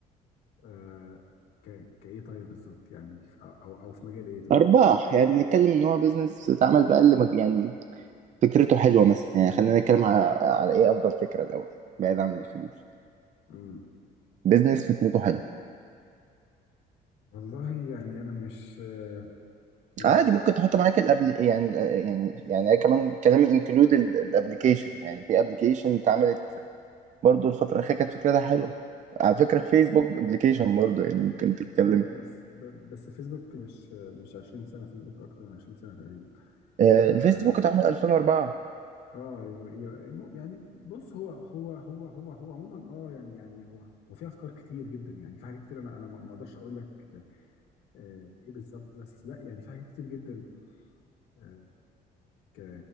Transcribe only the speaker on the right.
ارباح يعني نتكلم ان هو بيزنس اتعمل بقى اللي مج- يعني فكرته حلوة مثلا يعني خلينا نتكلم على, على ايه افضل فكرة الاول بعيد عن الفلوس
بيزنس فكرته حلوه
عادي ممكن تحط معاك الابل يعني يعني يعني أنا كمان كلامي انكلود الابلكيشن يعني في ابلكيشن اتعملت برضو الفترة الأخيرة كانت فكرتها حلوة على فكرة فيسبوك ابلكيشن برضو يعني ممكن تتكلم
آه، الفيسبوك
اتعمل 2004